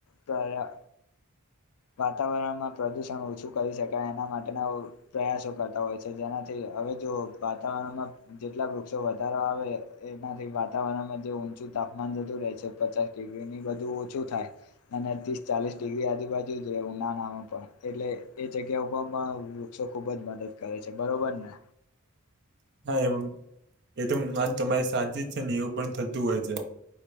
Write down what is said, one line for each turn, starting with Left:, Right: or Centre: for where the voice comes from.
Left: પ્રયા વાતાવરણમાં પ્રદુષણ ઓછું કરી શકાય એના માટેના પ્રયાસો કરતા હોય છે. જેનાથી હવે જો વાતાવરણમાં જેટલા વૃક્ષો વધારો આવે એનાથી વાતાવરણમાં ઊંચું તાપમાન જતું રહે છે પચાસ ડિગ્રીની બધું ઓછું થાય અને ત્રીસ ચાલીસ ડિગ્રી આજુબાજુ ઉનાળામાં પણ એટલે એ જગ્યા ઉપરમાં વૃક્ષો ખુબ જ મદદ કરે કરે છે. બરોબર ને?
Right: હા, એ એ તો આજ તમારી સાચી જ છે ને એવું પણ થતું હોય છે.